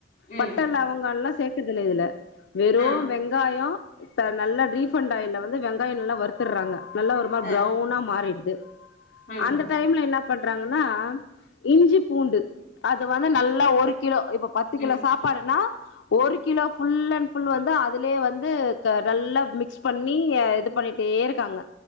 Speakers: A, on the left; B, on the left.
A: ம்
B: பட்ட லவங்கலா சே த்துட்டல இதுல வெறு
A: ஆ
B: வெங்காயொ த நல்லா ரீபண்ட் ஆயில்ல வந்து வெங்காயொ நல்லா வருத்தடுறாங்க நல்லா ஒரு மார்
A: ஆ
B: பிர்ரௌனா மாறிடுது
A: ம்
B: அந்த டைம்ல என்ன பண்றாங்கன்னா இஞ்சி பூண்டு அத வந்து நல்லா ஒரு கி கிலோ இப்ப பத்து
A: ம்
B: கிலோ சாப்பாடுனா ஒரு கிலோ ஃபுல் அண்ட் ஃபுல் வந்து அதுலே வந்து து க நல்லா மிக்ஸ் பண்ணி அ இது பண்ணிட்டே இருக்காங்க